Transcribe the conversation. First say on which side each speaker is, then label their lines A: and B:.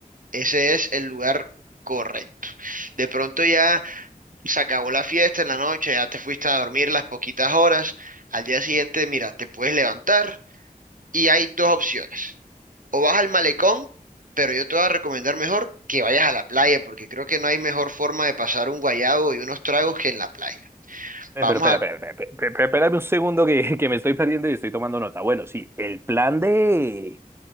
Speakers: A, on the right; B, on the right.
A: ese es el lugar correcto. De pronto ya se acabó la fiesta en la noche, ya te fuiste a dormir las poquitas horas, al día siguiente, mira, te puedes levantar y hay dos opciones. O vas al malecón, pero yo te voy a recomendar mejor que vayas a la playa, porque creo que no hay mejor forma de pasar un guayabo y unos tragos que en la playa.
B: Eh,
A: Vamos
B: Pero espera,
A: a
B: espera, espera, espera, espera, espérame un segundo que, <laughs> que me estoy perdiendo y estoy tomando nota. Bueno, sí, el plan de...